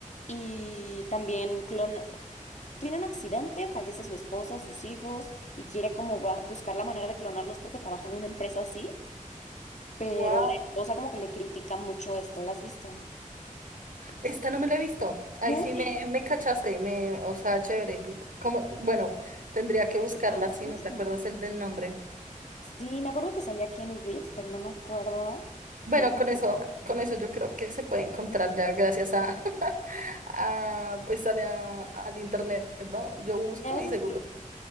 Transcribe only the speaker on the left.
y también clon... tiene un accidente, fallece su esposa, sus hijos y quiere como ba- buscar la manera de clonarlos porque trabaja en una empresa así, pero
la esposa como que le critica mucho esto, ¿la has visto?
No.
Ah,
¿cómo
se
llamará?
Sí, me acuerdo que salía Keanu Reeves, pero no me acuerdo
del...
No.
Eso
sí,